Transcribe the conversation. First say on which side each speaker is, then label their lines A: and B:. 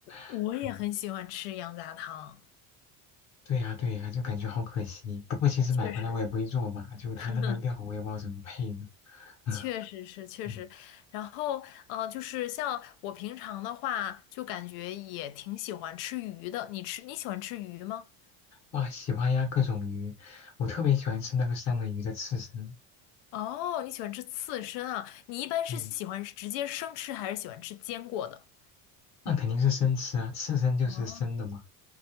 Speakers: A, on the left (about 80°); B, on the left (about 45°).
A: 我也很喜欢吃羊杂汤，
B: <laughs> 嗯，对呀，对呀，就感觉好可惜。不过其实买回来我也不会做吧，
A: 确实是。
B: 就它那个料我也不知道怎么配呢。
A: <laughs>
B: <laughs>
A: 确实是，确实，
B: 嗯，
A: 然后，呃，就是像我平常的话，就感觉也挺喜欢吃鱼的。你吃，你喜欢吃鱼吗？
B: 哇，喜欢呀，各种鱼，我特别喜欢吃那个三文鱼的刺身。
A: 哦，你喜欢吃刺身啊？你一般是喜欢直接生吃，
B: 嗯，
A: 还是喜欢吃煎过的？
B: 那肯定是生吃啊，刺身就是生的嘛。
A: 哦，